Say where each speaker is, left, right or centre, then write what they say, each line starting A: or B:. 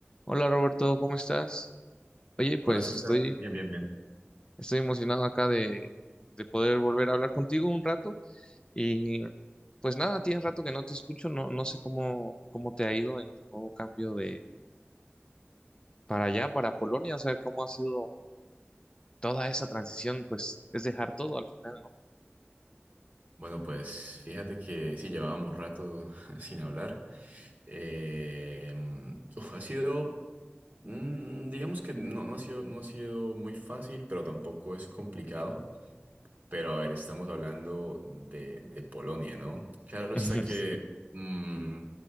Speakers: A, on the left (about 20°); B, on the right (about 40°).
A: Hola Roberto, ¿cómo estás? Oye, pues
B: Hola César.
A: estoy,
B: Bien, bien, bien.
A: estoy emocionado acá de, de poder volver a hablar contigo un rato y pues nada, tienes rato que no te escucho, no, no sé cómo, cómo te ha ido en tu nuevo cambio de para allá, para Polonia, o sea, cómo ha sido toda esa transición, pues es dejar todo al final, ¿no?
B: Bueno, pues fíjate que sí llevábamos rato <laughs> sin hablar. Eh, uf, ha sido, mm, digamos que no, no ha sido, no ha sido muy fácil, pero tampoco es complicado. Pero a ver, estamos hablando de, de Polonia, ¿no? Claro está
A: Ujú.
B: que, mm,